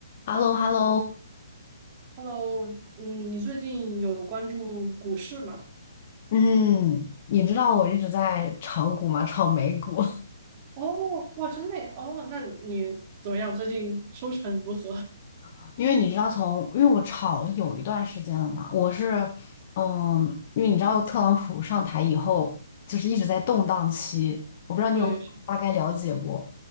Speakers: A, on the left; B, on the right.
A: h e l l o h e l l o
B: Hello，嗯，你最近有关注股市吗？
A: 嗯，你知道我一直在炒股吗？炒美股，
B: 哦，哇，真的耶哦，那你怎么样？最近收成如何？
A: <laughs> 因为你知道从，因为我炒了有一段时间了嘛，我是，嗯，因为你知道特朗普上台以后，就是一直在动荡期，我不知道你有没有大概了解过。
B: <laughs> 对，